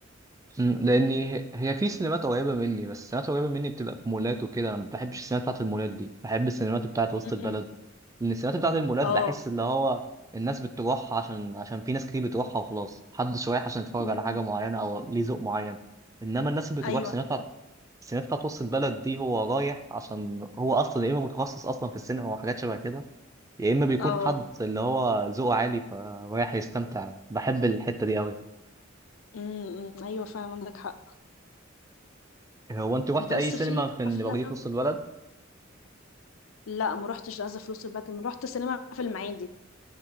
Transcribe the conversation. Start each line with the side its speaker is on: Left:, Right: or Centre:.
Right: أمم، لاني هي في سينمات قريبه مني بس السينمات قريبه مني بتبقى في مولات وكده انا ما بحبش السينمات بتاعت المولات دي بحب السينمات بتاعت وسط البلد
Left: مم.
Right: من السمات بتاعت المولات
Left: اه
Right: بحس اللي هو الناس بتروحها عشان عشان في ناس كتير بتروحها وخلاص محدش رايح عشان يتفرج
Left: مم.
Right: على حاجة معينة أو ليه ذوق معين إنما الناس اللي بتروح
Left: ايوه
Right: السينما بتاعت السينما بتاعت وسط البلد دي هو رايح عشان هو أصلا يا إما متخصص أصلا في السينما أو حاجات شبه كده يا إما بيكون
Left: اه
Right: حد اللي هو ذوقه عالي فرايح يستمتع بحب الحتة دي أوي
Left: مم. مم. ايوه فعلا عندك حق
Right: هو أنت روحت
Left: بس
Right: أي سينما
Left: في
Right: في اللي
Left: افلام
Right: موجودة في وسط البلد؟
Left: لا ما روحتش لازا فلوس الباتن رحت سينما في المعادي